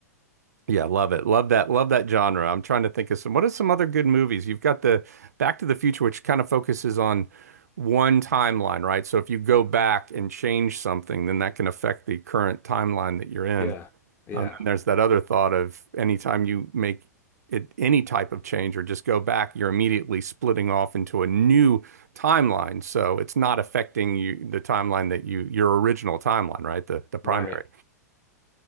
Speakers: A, on the right; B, on the left.
A: yeah, love it. Love that. Love that genre. I'm trying to think of some. What are some other good movies? You've got the Back to the Future, which kind of focuses on one timeline, right? So if you go back and change something, then that can affect the current timeline that you're in.
B: Yeah. Yeah.
A: Um, and there's that other thought of anytime you make it any type of change or just go back, you're immediately splitting off into a new timeline. So it's not affecting you the timeline that you your original timeline, right? The the primary.
B: Right.